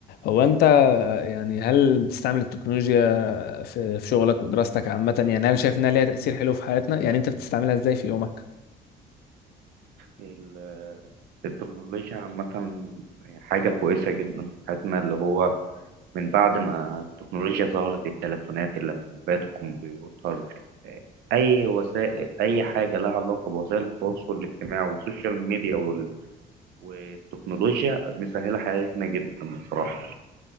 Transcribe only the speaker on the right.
ال- التكنولوجيا عامة حاجة كويسة جدا في حياتنا اللي هو من بعد ما التكنولوجيا ظهرت التليفونات اللابتوبات الكمبيوتر أي وسائل أي حاجة لها علاقة بوسائل التواصل الاجتماعي والسوشيال ميديا وال... والتكنولوجيا مسهلة حياتنا جدا بصراحة